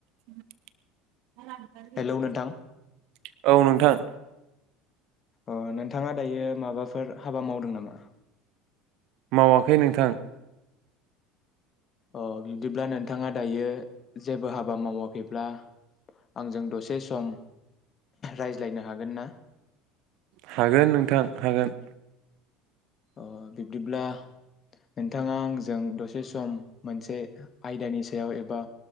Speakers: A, on the right (about 60°); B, on the left (about 40°).
A: <unintelligible>
B: हेलौ नोंथां
A: औ नोंथां।
B: अ नोंथाङा दायो माबाफोर हाबा मावदों नामा।
A: मावाखै नोंथां।
B: अ बिदिब्ला नोंथाङा दायो जेबो हाबा मावाखैब्ला आंजों दसे सम रायज्लायनो हागोन ना।
A: हागोन नोंथां हागोन।
B: अ बिब्दिब्ला। नोंथाङा आंजों दसे सम मोनसे आयदानि सायाव एबा